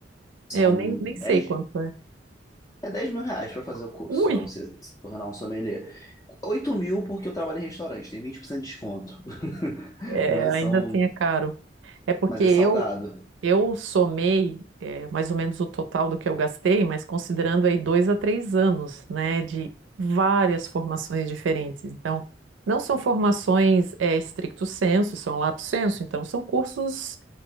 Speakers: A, on the right; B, on the left.
A: É,
B: São
A: Eu nem,
B: 10,
A: nem sei quanto é.
B: é 10 mil reais para fazer o curso,
A: Ui,
B: para você se tornar um sommelier. 8 mil porque eu trabalho em restaurante, tem 20% de desconto. <laughs>
A: é,
B: mas
A: ainda
B: são,
A: assim é caro. É porque
B: mas
A: eu,
B: é salgado.
A: Eu somei eh, mais ou menos o total do que eu gastei, mas considerando aí dois a três anos, né, de várias formações diferentes. Então, não são formações eh, stricto sensu, são lato sensu, então são cursos